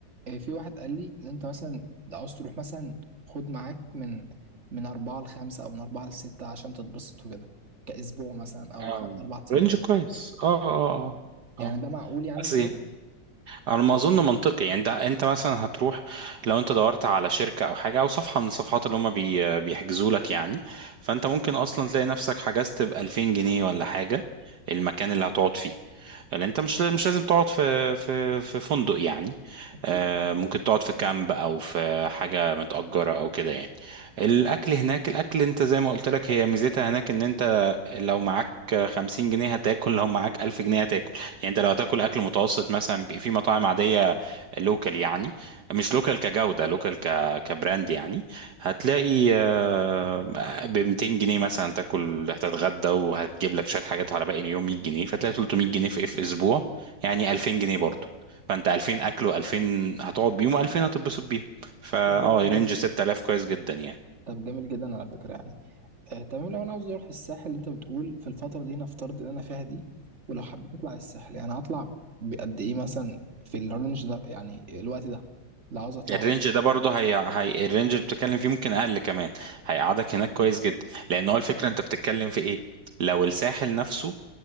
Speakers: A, on the right; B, on the right.
A: آه، في واحد قال لي ان انت مثلا لو عاوز تروح مثلا خد معاك من من أربعة لخمسة أو من أربعة لستة عشان تتبسط وكده كأسبوع مثلا أو
B: آه،
A: خ... أربع أيام
B: رينج كويس اه اه
A: يعني
B: اه اه
A: ده معقول يعني
B: أصل
A: وكويس
B: على ما اظن منطقي يعني ده انت مثلا هتروح لو انت دورت على شركه او حاجه او صفحه من الصفحات اللي هم بي بيحجزوا لك يعني فانت ممكن اصلا تلاقي نفسك حجزت ب 2000 جنيه ولا حاجه المكان اللي هتقعد فيه اللي انت مش مش لازم تقعد في في في فندق يعني آه،
A: أكيد.
B: ممكن تقعد في كامب او في حاجه متأجره او كده يعني الاكل هناك الاكل انت زي ما قلت لك هي ميزتها هناك ان انت لو معاك 50 جنيه هتاكل لو معاك 1000 جنيه هتاكل يعني انت لو هتاكل اكل متوسط مثلا بي- في مطاعم عاديه لوكال يعني مش لوكال كجوده لوكال ك كبراند يعني هتلاقي آه، ب 200 جنيه مثلا تاكل هتتغدى وهتجيب لك شويه حاجات على باقي اليوم 100 جنيه فتلاقي 300 جنيه في في اسبوع يعني 2000 جنيه برضه فانت 2000 اكل و2000 هتقعد بيهم و2000 هتتبسط بيهم فا
A: طب ده
B: اه
A: جميل
B: رينج
A: جدا
B: 6000 كويس جدا يعني
A: طب جميل جدا على فكرة يعني آه، تمام لو انا عاوز اروح الساحل اللي انت بتقول في الفتره دي نفترض ان انا فيها دي ولو حبيت اطلع الساحل يعني هطلع بقد ايه مثلا في الرينج ده يعني الوقت ده لو عاوز اطلع
B: الرينج
A: بره
B: ده برضه هي هي الرينج اللي بتتكلم فيه ممكن اقل كمان هيقعدك هناك كويس جدا لان هو الفكره انت بتتكلم في ايه لو الساحل نفسه